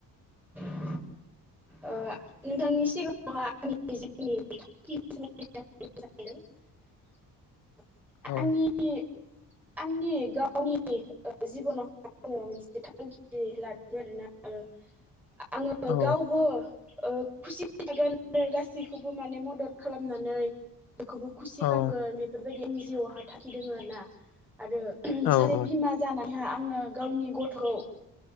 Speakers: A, in the centre; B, on the left (about 80°).
A: ओ ओ नोंथांनि सिगाङाव <unintelligible>
B: औ
A: <unintelligible> <inaudible> आंनि गाव। <unintelligible> आङो
B: औ
A: गावबो। आ खुसि था-गोन आरो गासैखौबो माने मदद खालामनानै। बेखौबो खुसि
B: औ
A: खालामगोन बेफोरबायदि आंनि जिवावहा थाखि दङ आरो ना। <unintelligible> आरो
B: औ
A: सारे बिमा जाना हा ङो गावनि गथखौ